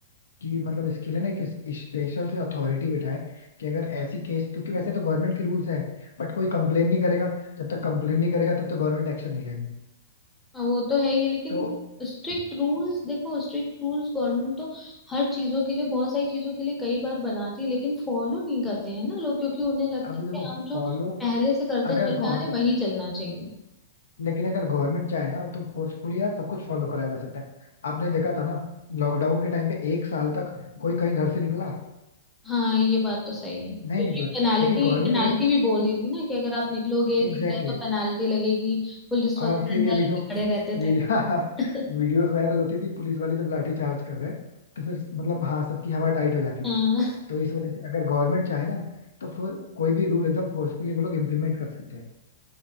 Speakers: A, on the left (about 70°); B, in the centre.
A: कि मतलब इसके लिए ना एक स्पेशल से अथॉरिटी बिठाए कि अगर ऐसी केस क्योंकि वैसे तो गवर्नमेंट के रूल्स हैं बट कोई कंप्लेन नहीं करेगा जब तक कंप्लेन नहीं करेगा तब तक गवर्नमेंट एक्शन नहीं लेगी
B: हाँ वो तो है ये लेकिन
A: तो
B: स्ट्रिक्ट रूल्स देखो स्ट्रिक्ट रूल्स गवर्नमेंट तो हर चीजों के लिए बहुत सारी चीजों के लिए कई बार बनाती है लेकिन फॉलो नहीं करते हैं ना लोग क्योंकि उन्हें लगता
A: अभी
B: है
A: देखो
B: कि हम
A: फॉलो
B: जो पहले से करते
A: अगर
B: चले
A: गौर
B: आ रहे वही चलना चाहिए
A: लेकिन अगर गवर्नमेंट चाहे ना तो फोर्सफुली यार सब कुछ फॉलो कराया जा सकता है आपने देखा था ना लॉकडाउन के टाइम पे एक साल तक कोई कहीं घर से निकला
B: हाँ ये बात तो सही है क्योंकि
A: नहीं निकला
B: <laughs> पेनाल्टी
A: क्योंकि गवर्नमेंट
B: पेनाल्टी
A: अगर
B: भी बोल दी थी ना कि अगर आप निकलोगे
A: एग्जैक्टली
B: दिख गए तो पेनाल्टी लगेगी पुलिस
A: और
B: वाले डंडा
A: फिर ये वीडियो
B: लेके खड़े रहते
A: वीडियो
B: थे
A: <laughs>
B: <laughs>
A: वीडियोस वायरल होती थी पुलिस वाले जब लाठी चार्ज कर रहे हैं तो फिर मतलब हाँ सबकी हवा टाइट हो जाती थी
B: हाँ
A: तो इस वजह से अगर गवर्नमेंट चाहे ना तो फिर कोई भी रूल एकदम फोर्सफुली वो लोग इम्प्लीमेंट कर सकते हैं